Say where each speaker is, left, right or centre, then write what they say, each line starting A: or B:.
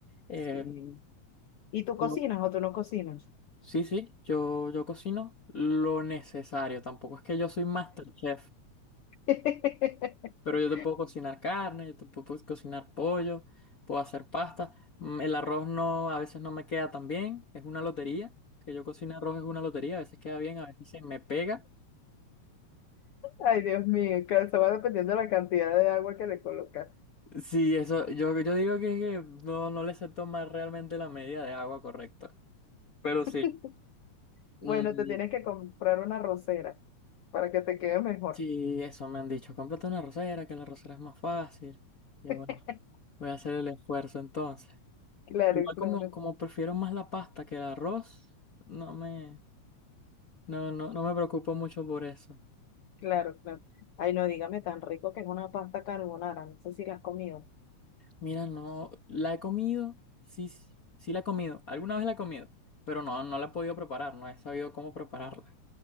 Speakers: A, on the left; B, on the left.
A: Eh,
B: Sí. ¿Y tú cocinas
A: yo,
B: o tú no cocinas?
A: sí, sí, yo, yo cocino lo necesario, tampoco es que yo soy MasterChef.
B: <laughs>
A: Pero yo te puedo cocinar carne, yo te puedo pues, cocinar pollo, puedo hacer pasta. Mm, El arroz no, a veces no me queda tan bien, es una lotería. Que yo cocine arroz es una lotería, a veces queda bien, a veces se me pega.
B: Ay, Dios mío, claro, eso va dependiendo de la cantidad de agua que le colocas.
A: Sí, eso, yo, yo digo que, que no, no le sé tomar realmente la medida de agua correcta. Pero
B: <laughs>
A: sí. mm,
B: Bueno, te tienes que comprar una rosera para que te quede mejor.
A: sí, eso me han dicho. Cómprate una arrocera, que la arrocera es más fácil. Y yo,
B: <laughs>
A: bueno, voy a hacer el esfuerzo entonces.
B: Claro,
A: Igual
B: claro,
A: como, como prefiero más la pasta que el arroz, no me. No, no, no me preocupo mucho por eso.
B: claro, claro. Ay, no, dígame tan rico que es una pasta carbonara. No sé si la has comido.
A: Mira, no, la he comido, sí, sí sí la he comido, alguna vez la he comido, pero no, no la he podido preparar, no he sabido cómo prepararla.